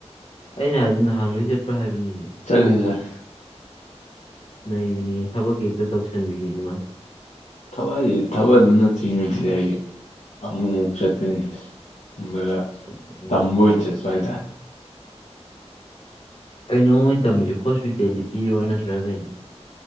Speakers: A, on the left (about 60°); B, on the left (about 80°).
A: ꯑꯩꯅ ꯍꯥꯏꯕꯗꯤ ꯅꯍꯥꯟꯒꯩ ꯆꯠꯄ꯭ꯔꯥ ꯍꯥꯏꯕꯅꯤ
B: ꯆꯠꯂꯤ ꯆꯠꯂꯤ
A: ꯅꯩꯕꯤꯅꯤ ꯊꯕꯛꯀꯥ ꯍꯦꯛꯇ ꯇꯧꯁꯟꯕꯤꯅꯤ <unintelligible>
B: ꯊꯕꯛ ꯍꯥꯏꯖꯦ ꯊꯕꯛ ꯑꯗꯨꯝ ꯅꯠꯇꯤꯌꯦ ꯅꯨꯡꯇꯤꯖꯥꯏꯒꯤ ꯑꯃꯨꯛꯃꯨꯛ ꯆꯠꯄꯅꯤ ꯑꯗꯨꯒ
A: ꯎꯝ
B: ꯇꯝꯕ ꯑꯣꯏꯅ ꯆꯠꯄ ꯍꯥꯏꯇꯥꯔꯦ
A: ꯀꯩꯅꯣꯕ ꯃꯣꯏꯅ ꯇꯝꯃꯤꯖꯤ ꯍꯣꯁꯄꯤꯇꯦꯜꯂꯤꯇꯤ ꯔꯣ ꯅꯠꯇ꯭ꯔ ꯀꯩꯅꯣ